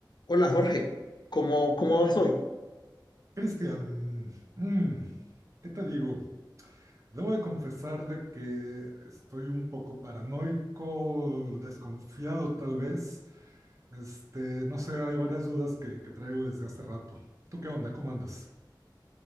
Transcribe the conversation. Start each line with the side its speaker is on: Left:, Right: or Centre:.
Left: Hola Jorge, ¿cómo, cómo vas hoy?
Right: Cristian, mm, ¿qué te digo? Debo de confesar de que estoy un poco paranoico, desconfiado tal vez. Este, no sé, hay varias dudas que, que traigo desde hace rato. ¿Tú qué onda? ¿Cómo andas?